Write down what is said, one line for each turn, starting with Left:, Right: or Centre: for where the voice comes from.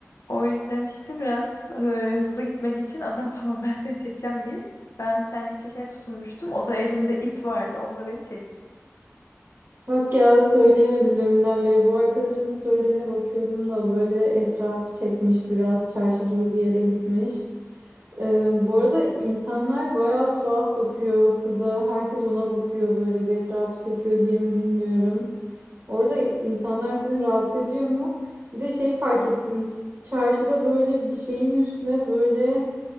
Left: O yüzden işte biraz e, hızlı gitmek için adam tamam ben seni çekeceğim diye ben bir tane işte şeye tutunmuştum. O da elinde ip vardı. Onunla beni çekti.
Right: Bak ya söyleyemedim deminden beri. Bu arkadaşımın storylerine bakıyordum da böyle etrafı çekmiş biraz çarşı gibi bir yere gitmiş. Ee, bu arada insanlar bayağı tuhaf bakıyor kıza. Herkes ona bakıyor böyle bir etrafı çekiyor diye mi bilmiyorum. Orada insanlar seni rahatsız ediyor mu? Bir de şey fark ettim. Çarşıda böyle bir şeyin üstüne böyle